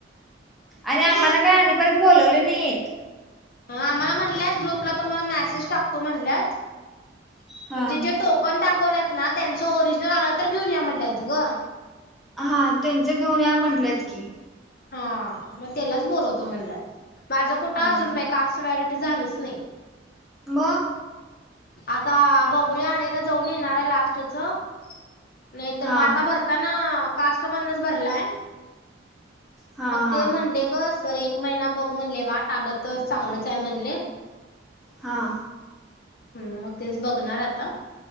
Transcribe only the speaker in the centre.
आणि आम्हाला काय आम्ही परत बोोलवले नाहीेत
हा
हा त्यांच घेऊन या म्हंटल्यात की
हा
व
हा
हा
हा
हां